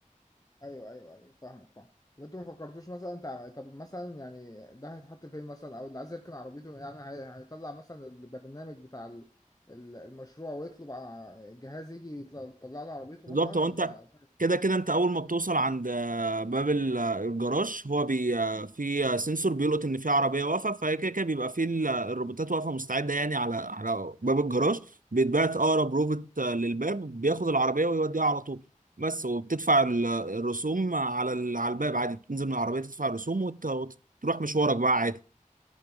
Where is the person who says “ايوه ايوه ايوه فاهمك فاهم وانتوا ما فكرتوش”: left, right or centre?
Left